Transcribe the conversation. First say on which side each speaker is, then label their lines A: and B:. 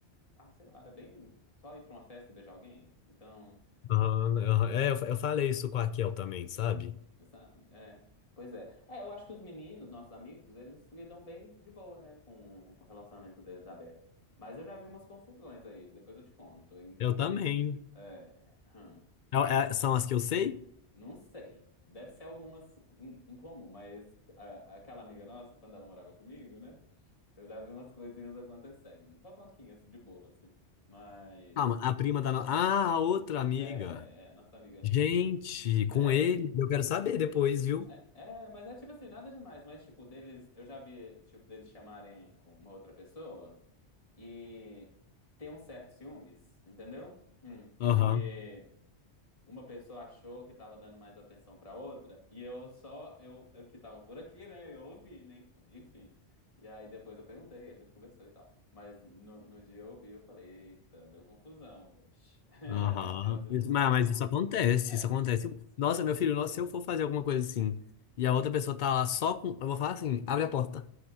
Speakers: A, on the left (about 30°); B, on the left (about 60°).
A: Ah, sei lá, era bem. Só ir pra uma festa e beijar alguém. Então,
B: Aham, aham. É, eu, fa- eu falei isso com a Kel também, sabe?
A: sabe? É. Pois é. É, eu acho que os meninos, nossos amigos, eles lidam bem de boa, né, com o relacionamento deles aberto. Mas eu já vi umas confusões aí, depois eu te conto. Inclusive.
B: Eu também.
A: É. hum.
B: É- é- são as que eu sei?
A: Não sei. Deve ser algumas em, em comum, mas a- aquela amiga nossa, quando ela morava comigo, né? Eu já vi umas coisinhas acontecendo. Fofoquinhas de boa, assim. Mas.
B: Calma, a prima da. no- Ah, a outra amiga.
A: É, é, é. Nossa amiga.
B: Gente, com
A: É,
B: ele, eu quero saber depois, viu?
A: é, é, mas é tipo assim, nada demais. Mas, tipo, deles. Eu já vi, tipo, deles chamarem uma outra pessoa e ter um certo ciúmes, entendeu? Hum,
B: Aham.
A: porque. uma pessoa achou que estava dando mais atenção para outra e eu só eu, eu que estava por aqui, né? Eu ouvi, né? Enfim. E aí depois eu perguntei, a gente conversou e tal. Mas no, no dia eu ouvi, eu falei, eita, deu confusão hoje. <laughs>
B: Aham.
A: Que às vezes
B: Isso-
A: não
B: Mas,
A: dava.
B: mas isso acontece,
A: É,
B: isso
A: acontece.
B: acontece. Nossa, meu filho, nossa, se eu for fazer alguma coisa assim e a outra pessoa tá lá só com. Eu vou falar assim: abre a porta,